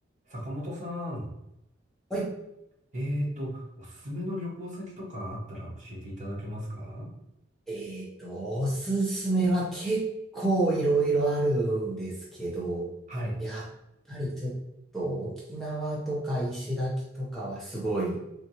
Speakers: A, on the right; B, in the centre.
A: 坂本さん、
B: はい。
A: えーと、おすすめの旅行先とかあったら教えていただけますか
B: えっと、おすすめは結構いろいろあるんですけど、
A: はい。
B: やっぱりちょっと沖縄とか石垣とかはすごい